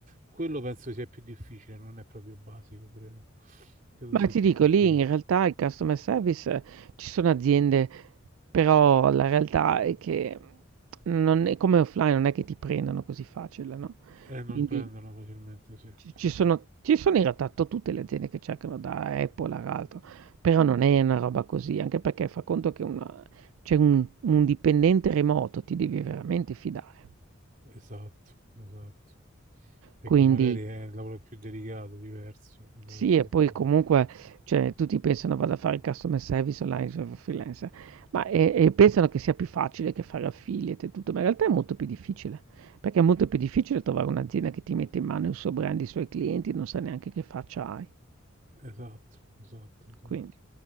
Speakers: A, on the right (about 40°); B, on the right (about 80°).
A: quello penso sia più difficile, non è proprio basico, credo. Credo
B: Ma
A: sia
B: ti
A: più
B: dico,
A: complicato.
B: lì in realtà il customer service eh, ci sono aziende, però la realtà è che non è come offline non è che ti prendano così facile, no,
A: E non
B: quindi
A: prendono facilmente, sì,
B: Ci
A: sì,
B: ci sono
A: sì,
B: ci sono in realtà to tutte le aziende che cercano da Apple ad altro, però non è una roba così, anche perché fa conto che una cioè un un dipendente remoto ti devi veramente fidare.
A: sì. Esatto, esatto. Perché
B: Quindi
A: magari è il lavoro più delicato, diverso da
B: sì,
A: rispetto
B: e poi
A: a...
B: comunque, cioè tutti pensano vado a fare il customer service online f freelancer, ma e e pensano che sia più facile che fare affiliate e tutto, ma in realtà è molto più difficile, perché è molto più difficile
A: Mm,
B: trovare un'azienda che ti mette in mano il suo brand, i suoi clienti, non sa neanche che faccia hai.
A: Esatto, esatto, esatto.
B: Quindi